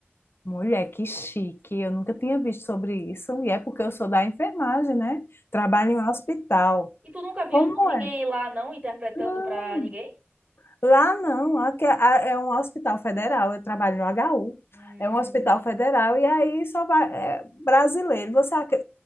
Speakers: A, on the left; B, on the right.
A: Mulher, que chique. Eu nunca tinha visto sobre isso. E é porque eu sou da enfermagem, né? Trabalho em um hospital.
B: E tu nunca viu,
A: Como
B: não, ninguém
A: é?
B: lá, não, interpretando
A: Não,
B: pra ninguém?
A: lá não. Lá que é a- é um hospital federal. Eu trabalho no HU.
B: Hum,
A: É um hospital federal. E aí só vai. É brasileiro. Você ac-